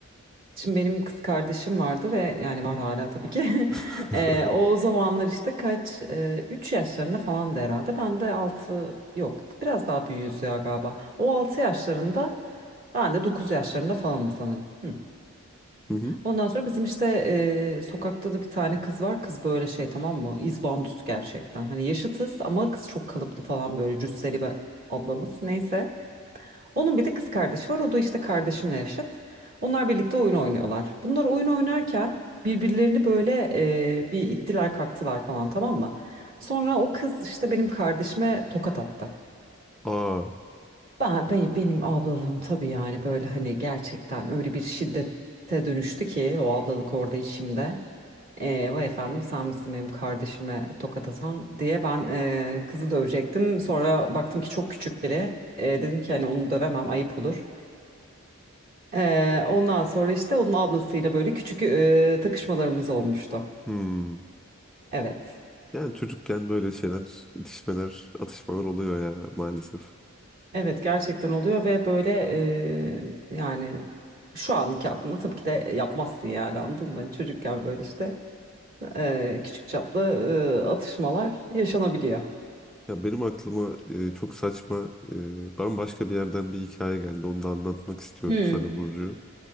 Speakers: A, on the right; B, in the centre.
A: Şimdi benim kız kardeşim vardı ve yani var hala tabii ki.
B: <laughs>
A: <laughs> Eee, o zamanlar işte kaç 3 yaşlarında falan da herhalde. Ben de altı yok biraz daha büyüğüz ya galiba. O 6 yaşlarında ben de 9 yaşlarında falanım sanırım. Hı.
B: Hı hı.
A: Ondan sonra bizim işte eee, sokakta da bir tane kız var. Kız böyle şey tamam mı? İzbandut gerçekten. Hani yaşıtız ama kız çok kalıplı falan böyle cüsseli bir ablamız. Neyse. Onun bir de kız kardeşi var. O da işte kardeşimle yaşıt. Onlar birlikte oyun oynuyorlar. Bunlar oyun oynarken birbirlerini böyle e, bir ittiler kaktılar falan tamam mı? Sonra o kız işte benim kardeşime tokat attı.
B: Aa.
A: Ben, be- benim ablalığım tabii yani böyle hani gerçekten öyle bir şiddete dönüştü ki o ablalık orada içimde. E, vay efendim sen misin benim kardeşime tokat atan diye ben e, kızı dövecektim. Sonra baktım ki çok küçük biri. E, dedim ki hani onu dövemem ayıp olur. Ee, ondan sonra işte onun ablasıyla böyle küçük e, takışmalarımız olmuştu.
B: hmm.
A: Evet.
B: Yani çocukken böyle şeyler, itişmeler, atışmalar oluyor ya maalesef.
A: Evet gerçekten oluyor ve böyle e, yani şu anki aklımda tabii ki de yapmazsın yani anladın mı? Hani çocukken böyle işte e, küçük çaplı e, atışmalar yaşanabiliyor.
B: Ya benim aklıma e, çok saçma, e, bambaşka bir yerden bir hikaye geldi. Onu da anlatmak istiyorum
A: Hı,
B: sana Burcu.